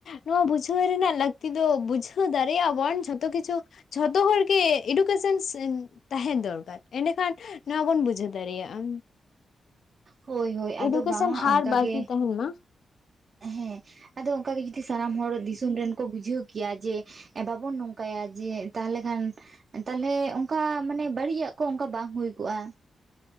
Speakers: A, on the left; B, on the right.
A: ᱱᱚᱣᱟ ᱵᱩᱡᱷᱟᱹᱣ ᱨᱮᱱᱟᱜ ᱞᱟᱹᱠᱛᱤ ᱫᱚ ᱵᱩᱡᱷᱟᱹᱣ ᱫᱟᱲᱮᱭᱟᱜᱼᱟ ᱵᱚᱱ ᱡᱷᱚᱛᱚ ᱠᱤᱪᱷᱩᱼᱼ ᱡᱷᱚᱛᱚ ᱦᱚᱲ ᱜᱮ ᱮᱰᱩᱠᱮᱥᱚᱱ ᱛᱟᱦᱮᱸᱱ ᱫᱚᱨᱠᱟᱨ ᱮᱸᱰᱮ ᱠᱷᱟᱱ ᱱᱚᱣᱟ ᱵᱚᱱ ᱵᱩᱡᱷᱟᱹᱣ ᱫᱟᱲᱮᱭᱟᱜᱼᱟ
B: ᱦᱳᱭ ᱦᱳᱭ ᱟᱫᱚ
A: ᱮᱰᱩᱠᱮᱥᱚᱱ
B: ᱵᱟᱝ ᱟ
A: ᱦᱟᱨ
B: ᱚᱱᱠᱟ
A: ᱵᱟᱹᱲᱛᱤ
B: ᱜᱮᱼᱼ
A: ᱛᱟᱦᱮᱱ ᱢᱟ
B: ᱦᱮᱸ ᱟᱫᱚ ᱚᱱᱠᱟ ᱜᱮ ᱡᱩᱫᱤ ᱥᱟᱱᱟᱢ ᱦᱚᱲ ᱫᱤᱥᱚᱢ ᱨᱮᱱ ᱠᱚ ᱵᱩᱡᱷᱟᱹᱣ ᱠᱮᱭᱟ ᱡᱮᱼᱼ ᱵᱟᱵᱚᱱ ᱱᱚᱝᱠᱟᱭᱟ ᱡᱮ ᱛᱟᱦᱚᱞᱮ ᱠᱷᱟᱱᱼᱼ ᱛᱟᱦᱚᱞᱮ ᱚᱱᱠᱟ ᱢᱟᱱᱮ ᱵᱟᱹᱲᱤᱡᱟᱜ ᱠᱚ ᱚᱱᱠᱟ ᱵᱟᱝ ᱦᱩᱭ ᱠᱚᱜᱼᱟ